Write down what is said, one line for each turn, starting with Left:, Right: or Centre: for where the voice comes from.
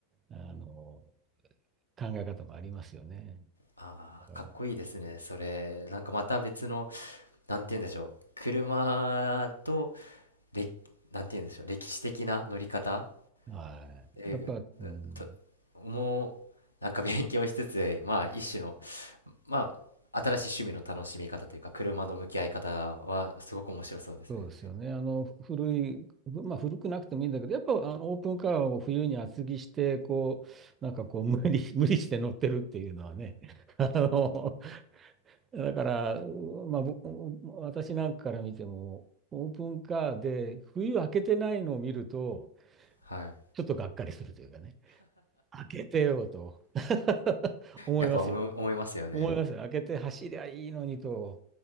Right: あの、考え方もありますよね。
Left: ああ、
Right: だか
Left: かっこいいですね。それ、なんかまた別の、なんて言うんでしょう。車と、れ、なんて言うんでしょう。歴史的な乗り方
Right: ら、はい。
Left: 英語だと
Right: やっぱ、うん
Left: もうなんか勉強しつつまあ一種のまあ新しい趣味の楽しみ方というか車の向き合い方はすごく面白そうですね
Right: そうですよね。あの古い、ふまあ、古くなくてもいいんだけど、やっぱあのオープンカーを冬に厚着して、こう、なんかこう無理、<laughs> 無理して乗ってるっていうのはね、<laughs> あのだから、うまあ、ぼ私なんかから見ても、オープンカーで冬開けてないのを見ると、
Left: はい
Right: ちょっとがっかりするというかね、開けてよと <laughs> 思いますよ。
Left: やっぱ思い、思いますよね
Right: 思いますよ。開けて走りゃいいのにと、